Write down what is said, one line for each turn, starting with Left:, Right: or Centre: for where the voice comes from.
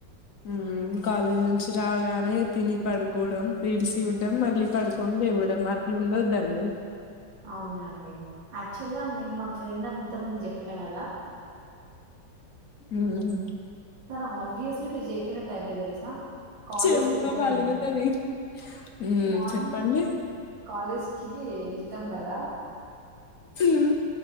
Left: ఉమ్ కాలేజ్ నుంచి రాగానే తిని పడుకోవడం రీల్స్ జూడం మళ్ళీ పడుకొని లేవడం అట్లా ఉండొద్దండి
Right: అవునండి యాక్చువల్గా నేను మాకు ఫ్రెండ్ అని ఇంతకు ముందు చెప్పినా కదా
Left: ఉమ్
Right: తను ఆవ్విస్లీ మీరు చెప్పిన టైప్ తెలుసా కాలేజ్కి
Left: చెంప
Right: వెళ్తదండి
Left: పలుగుతది ఉమ్
Right: మార్నింగ్
Left: చెప్పండి
Right: కాలేజ్కి వెళ్తాం కదా
Left: హమ్